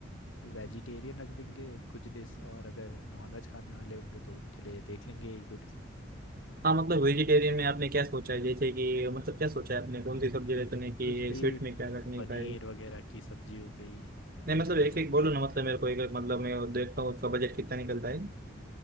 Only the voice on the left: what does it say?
वेजिटेरियन रख देंगे कुछ डिश और अगर नॉनवेज खाने वाले होंगे तो उनके लिए देख लेंगे एक दो डिश
कुछ
भी
पनीर
वगैरह की सब्जी हो गई
एंड